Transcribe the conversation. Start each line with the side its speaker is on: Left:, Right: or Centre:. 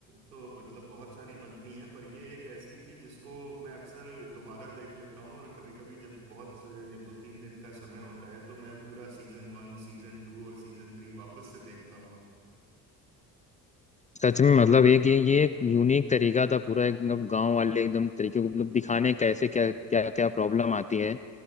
Right: तो मतलब बहुत सारी बनती हैं पर ये एक ऐसी थी जिसको मैं अक्सर दोबारा देख लेता हूँ और कभी कभी जब बहुत जब दो तीन दिन का समय होता है तो मैं पूरा सीजन वन सीजन टू और सीजन थ्री वापस से देखता
Left: सच में मतलब एक ये ये एक यूनिक तरीका था पूरा एकदम गांव वाले एकदम तरीके को मतलब दिखाने कैसे क्या क्या क्या प्रॉब्लम आती है